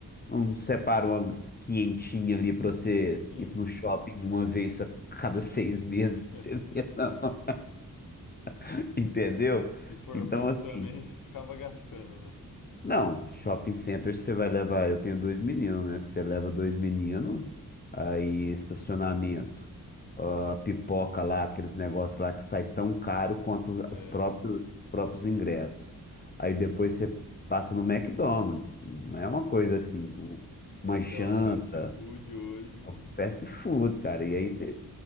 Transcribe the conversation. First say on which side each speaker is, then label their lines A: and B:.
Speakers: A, on the left (about 25°); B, on the left (about 65°).
A: Não separa uma quinhentinha ali pra você
B: Uhum.
A: ir no shopping uma vez a cada seis meses
B: <laughs>
A: pra você ver, não. <laughs> Entendeu?
B: Se for
A: Então,
B: muito
A: assim,
B: também, <laughs> acaba gastando, né?
A: Não, shopping center você vai levar. Eu tenho dois meninos, né? Você leva dois meninos, aí estacionamento, ah, pipoca lá, aqueles negócios lá que sai tão caro quanto
B: É,
A: os próprios, próprios ingressos. Aí depois você passa no McDonald's, não é uma coisa assim, um- uma
B: até
A: janta,
B: o fast food hoje,
A: é um fast food, cara. E aí você,